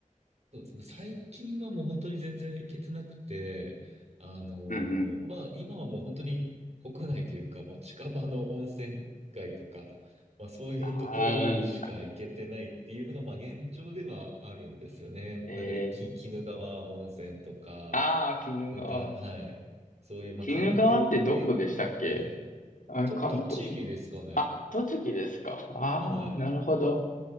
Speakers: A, on the right; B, on the left.
A: そうですね。最近はもう本当に全然行けてなくて、あのーまあ今はもう本当に国内というか、
B: うんうん。
A: もう近場の温泉街とか、まあそういうところにしか行けてないっていうのが、
B: ああ、
A: まあ現状ではあるんですよね。
B: えー、
A: なんか、き鬼怒川温泉とか、
B: ああ、鬼怒川。
A: なんか、はい。そういう、まあ関東圏、
B: 鬼怒川ってどこでしたっけ
A: はい。
B: あれ、
A: と、
B: 関東。
A: 栃木ですかね。
B: あ、栃木ですか。ああー、
A: はい。
B: なるほど。